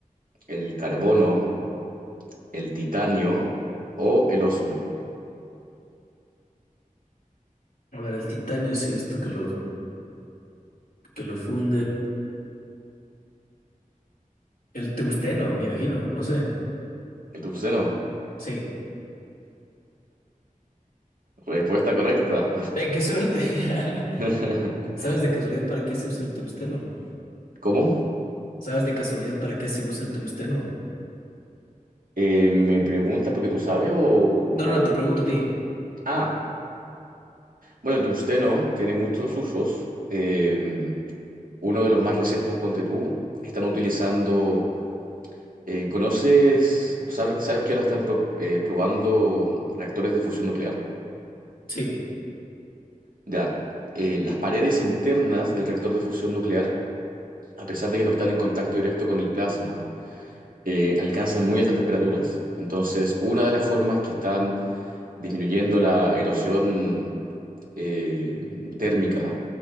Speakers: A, on the right; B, on the left.
A: el carbono, el titanio o el osmio.
B: A ver, el titanio sí he visto que lo, que lo funden. El tungsteno, me imagino, no sé.
A: El tungsteno.
B: Sí.
A: Respuesta correcta.
B: Ve, qué suerte. <laughs>
A: <laughs>
B: ¿Sabes de casualidad para qué se usa el tungsteno?
A: ¿Cómo?
B: ¿Sabes de casualidad para qué se usa el tungsteno?
A: Eh, ¿me preguntas porque tú sabes o,
B: No,
A: o-
B: no, no, te pregunto a ti.
A: Ah, bueno, el tungsteno tiene muchos usos. Eh, uno de los más recientes, ponte tú, están utilizando... eh, ¿conoces, sabes, sabes que ahora están pro- eh, probando reactores de fusión nuclear?
B: Sí,
A: Ya, eh, las paredes internas del reactor de fusión nuclear, a pesar de que no están en contacto directo con el plasma, eh, alcanzan muy altas temperaturas. Entonces, una de las formas que están disminuyendo la erosión eh, térmica